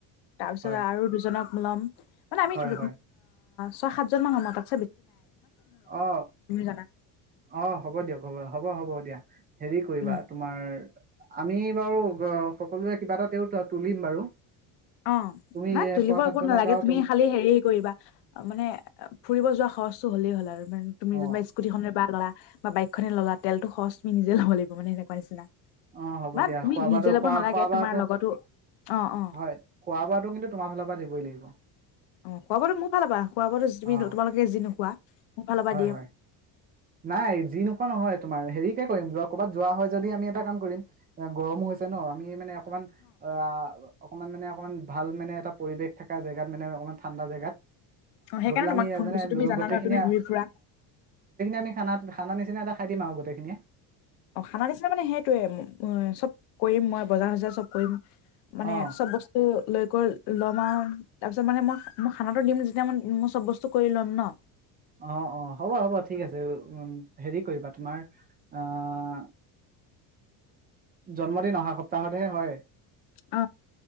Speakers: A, on the left (about 75°); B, on the right (about 25°).
A: তাৰপিছত
B: হয়
A: আৰু দুজনক ল'ম মানে আমি
B: হয়
A: আ
B: হয়
A: ছয় সাতজনমান সম তাত
B: অ
A: জানা
B: অ হ'ব দিয়ক হ'ব হ'ব হ'ব। এতিয়া হেৰি কৰিবা
A: উম
B: তোমাৰ। আমি বাৰু সকলোৱে কিবা এটাতেও তুলিম বাৰু
A: অ
B: তুমি
A: না
B: এ,
A: তুলিব
B: ছয় সাতজনক
A: একো নালাগে
B: আৰু
A: তুমি খালি হেৰি কৰিবা, মানে ফুৰিব যোৱা সচ। হলেই হ'ল আৰু। তুমি
B: অ
A: যেনিবা স্কুটি খনে বা ললা। বা বাইকখনে ল'লা, তেলটো খচ তুমি নিজে ল'ব লাগিব মানে হেনেকুৱা নিচিনা।
B: অ হ'ব
A: ম
B: দিয়া
A: তুমি
B: খোৱা
A: নিজে
B: বোৱাটো
A: ল'ব
B: খোৱা
A: নালাগে
B: খোৱা বোৱাটো
A: তোমাৰ লগতো অ অ।
B: হয় খোৱা বোৱাটো কিন্তু তোমাৰ ফালৰ পৰা দিবই লাগিব।
A: অ, খোৱা বোৱা তো মোৰ ফাল পৰা খোৱা বোৱাতো তুমি
B: অ
A: তোমালোকে যি নোখোৱা। মোৰ ফালৰ পৰা
B: হয়
A: দিম।
B: হয় নাই যি নোখোৱা নহয় তোমাৰ হেৰি কে কৰিম, যোৱা কৰ'বাত যোৱা হয় যদি আমি এটা কাম কৰিম', গৰমো হৈছে ন আমি মানে। অকমান অ। অকণমান মানে, অকণমান ভাল মানে এটা পৰিৱেশ থকা জেগাত মানে অকণমান ঠাণ্ডা জেগাত।
A: অ সেইকাৰণে
B: গৈ পেলাই
A: তোমাক
B: আমি
A: ফোন
B: মানে,
A: কৰিছো তুমি জানা
B: গোটেইখিনিয়ে
A: ন তুমি ঘূৰি ফুৰা
B: অ। আমি খানা খানা নিচিনা এটা খাই দিম আৰু গোটেই খিনিয়ে।
A: অ, খানা নিচিনা মানে সেইটোৱে উ চব কৰিম মই বজাৰ হাজাৰ। চব কৰিম। মানে
B: অ
A: চব বস্তু লৈ। তাৰপিছত মানে মই মই খানাতো দিম যেতিয়া ম মোৰ চব বস্তু কৰি ল'ম ন।
B: অ অ হ'ব হ'ব ঠিক আছে, উ হেৰি কৰিবা তোমাৰ আহ জন্মদিন অহা সপ্তাহত হে হয়।
A: অ,